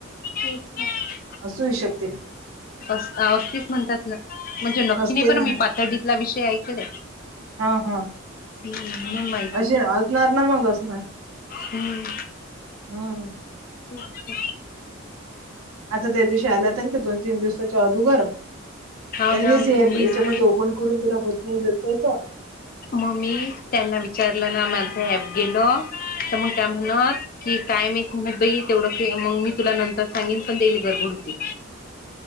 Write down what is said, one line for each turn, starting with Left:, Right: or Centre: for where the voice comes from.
Left: <unintelligible>
Right: असू ही शकते.
Left: अस असतीच म्हणतात ना म्हणजे नक्की
Right: असते
Left: नाही बरं
Right: ना
Left: मी पातडीतला विषय ऐकलाय.
Right: हा हा
Left: हम्म म्हणून माहिती
Right: असे असणार ना मग असणार.
Left: हम्म.
Right: हम्म
Left: <unintelligible>
Right: आता त्या दिवशी आला होता ना ते दोन तीन दिवसाच्या अदुगर त्यांनीच
Left: हो ना
Right: हे
Left: मीच
Right: प याच्यामध्ये ओपन करून त्याला होत नाही ज्याच त्याच
Left: म मी त्यांना विचारलं ना माझं
Right: हम्म
Left: ऍप गेलं तर मग त्या म्हणत कि काय मी म्हणत बई तेवढं मग मी तुला नंतर सांगेन पण देईल गडबड होती.